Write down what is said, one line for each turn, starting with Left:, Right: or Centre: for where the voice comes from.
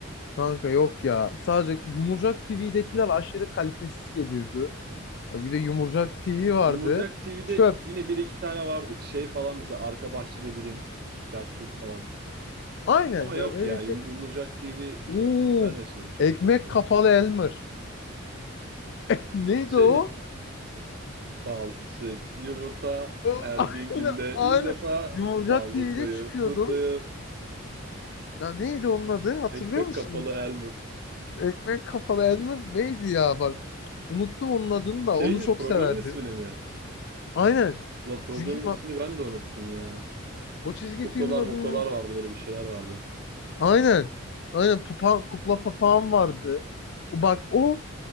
Left: Kanka yok ya. Sadece Yumurcak TV'dekiler aşırı kalitesiz geliyordu. Bak bir de Yumurcak TV vardı.
Right: Yumurcak TV'de
Left: Çöp.
Right: yine bir iki tane vardı. Şey falan mesela Arka Bahçede Bilim, Çarptürk falan.
Left: Aynen
Right: Ama
Left: yani
Right: yok
Left: öyle
Right: ya
Left: şey.
Right: Yum- Yumurcak TV
Left: Oo,
Right: çok ben de şeyi çok
Left: ekmek
Right: izlemedim.
Left: kafalı Elmer. <laughs> Neydi
Right: Şey
Left: o?
Right: bal, süt, yumurta
Left: O-
Right: her
Left: <laughs>
Right: gün günde
Left: aynı aynı.
Right: ilk defa
Left: Yumurcak
Right: sağlıklıyım,
Left: TV'de çıkıyordu.
Right: mutluyum.
Left: Ya neydi onun adı? Hatırlıyor
Right: Ekmek
Left: musun?
Right: kafalı Elmur.
Left: Ekmek kafalı Elmer neydi ya bak. Unuttum onun adını da.
Right: Şeyin
Left: Onu çok
Right: programın
Left: severdim.
Right: ismini mi?
Left: Aynen.
Right: La programın
Left: Çizgi film.
Right: ismini ben de unuttum ya.
Left: O çizgi
Right: Kuklalar
Left: filmin adını
Right: muklalar vardı böyle bir şeyler vardı.
Left: Aynen. Aynen papa, kukla papağan vardı. O bak o